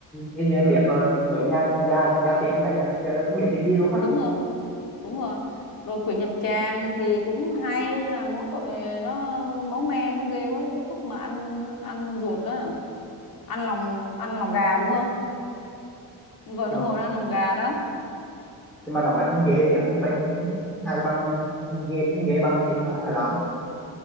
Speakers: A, in the centre; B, on the left.
A: hình như em biết là mới nha gia gia tiếng đấy à chứ không biết phim gì luôn á
B: đúng rồi đúng rồi rồi quỷ Nhập Tràng thì cũng hay nhưng mà mỗi tội nó máu me nó ghê quá cái cái khúc mà ăn ăn ruột đó ăn lòng ăn lòng gà đúng không vợ nó
A: Rồi.
B: ngồi nó ăn lòng gà đó
A: nhưng mà nó vẫn ghê chứ cũng vẫn hay bằng ghê, ghê bằng phim ờ, Thái Lan